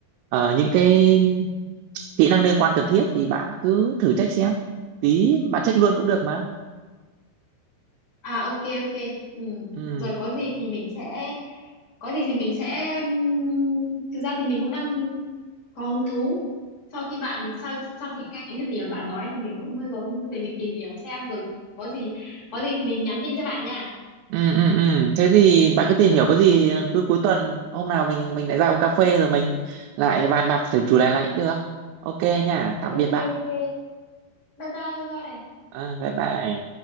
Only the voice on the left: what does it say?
À ok ok. Ừ.
Rồi có gì thì mình sẽ có gì thì mình sẽ ừm, thực ra thì mình cũng đang có hứng thú. Sau khi bạn sau sau khi nghe những cái gì mà bạn nói thì mình cũng hơi có hứng thú để mình tìm hiểu xem rồi có gì có gì thì mình nhắn tin cho bạn nha.
Ok
ok. Bye bye bye bye.